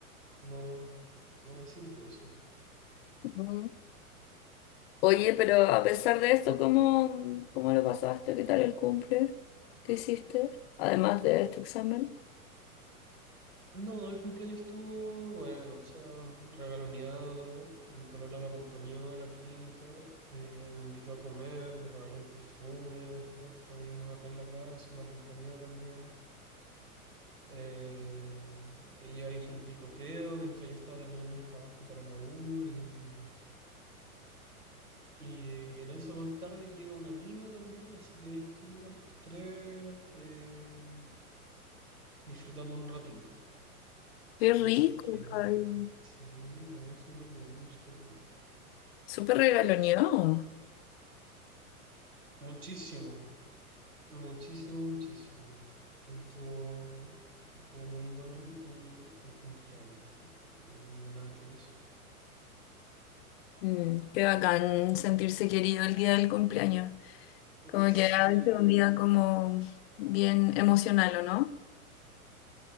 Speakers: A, on the right; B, on the left.
A: no, no me sirve eso.
B: Ujú. Oye, pero a pesar de esto, ¿cómo, cómo lo pasaste? ¿Qué tal el cumple ¿qué hiciste? Además de este examen.
A: No, el cumpleaños estuvo bueno, o sea, regaloneado, mi polola me acompañó a la clínica, eh, me invitó a comer, me regaló un perfume, después estuvimos acá en la casa y me acompañó también. Eh, ella hizo un picoteo mientras yo estaba terminando un trabajo para la U y Y, en eso más tarde llega un amigo también, así que ahí estuvimos los tres eh, disfrutando un ratito.
B: Qué rico,
A: Así que
B: Javi.
A: sí, no, súper bien, súper bien.
B: Súper regaloneado.
A: Muchísimo, muchísimo, muchísimo. Estuvo, estuvo muy bueno el, el- el cumpleaños. No, no tengo nada que decir.
B: Mm, Qué bacán sentirse querido el día del cumpleaños. Como
A: Sí,
B: que a veces un día como bien emocional, ¿o no?